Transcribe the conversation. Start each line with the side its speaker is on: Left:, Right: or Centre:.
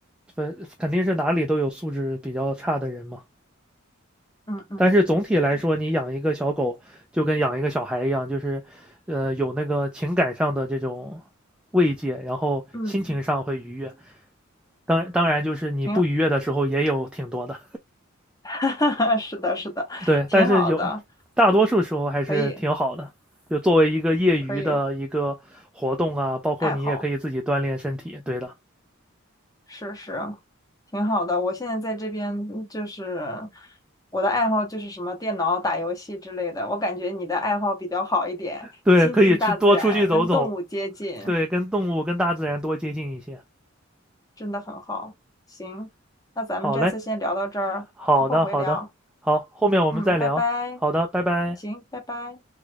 Centre: 分肯定是哪里都有素质比较差的人嘛。
Left: 嗯嗯嗯，
Centre: 但是总体来说，
Left: 对，
Centre: 你养一个小狗就跟养一个小孩一样，就是呃有那个情感上的这种慰藉，然后心情上会愉悦。
Left: 嗯，
Centre: 当然，当然就是你不愉悦的时候也有挺多的，
Left: 挺，<laughs> 是的，是的，
Centre: 对。
Left: 挺好的。
Centre: 但是有大多数时候还是挺好的。
Left: 可以，
Centre: 就作为一个业余的一个活动啊，
Left: 可以，
Centre: 包括你也可以自己锻炼身体，
Left: 爱好，
Centre: 对的，
Left: 是是，挺好的。我现在在这边就是我的爱好就是什么电脑打游戏之类的。我感觉你的爱好比较好一点，
Centre: 对，
Left: 亲近大自然，
Centre: 可以出多出去走走，
Left: 跟动物接近，
Centre: 对，跟动物、跟大自然多接近一些。
Left: 真的很好。行，那咱们这次先聊到这儿，
Centre: 好嘞，好的，
Left: 后回聊。
Centre: 好的，好，后面我们再聊。
Left: 嗯，拜拜。
Centre: 好的，拜拜。
Left: 行，拜拜。